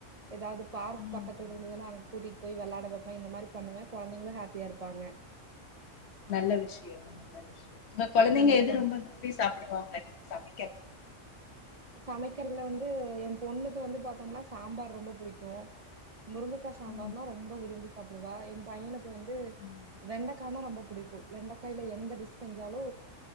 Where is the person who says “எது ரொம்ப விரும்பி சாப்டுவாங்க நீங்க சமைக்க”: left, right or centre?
Left